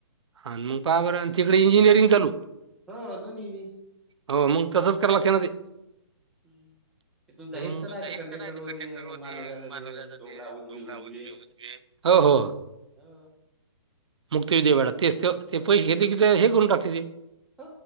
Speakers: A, on the right; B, in the centre.
A: हा मग पहा बरं आणि तिकडे इंजिनिअरिंग चालू
B: हो दोन्ही बी
A: हो मग तसंच करा लागते ना ते
B: <unintelligible>
A: तुम
B: आहे
A: हेच
B: कंडक्टर
A: तर आहे ते कंडक्टर होते
B: मानवल्याचा
A: मानव
B: डोबळा
A: ते झोपला
B: उजवे उजवे
A: उच्चगे हो हो
B: हो
A: मुक्त विद्यापीठात तेच ते
B: हो
A: पैसे घेत कि हे करून टाकते ते
B: हो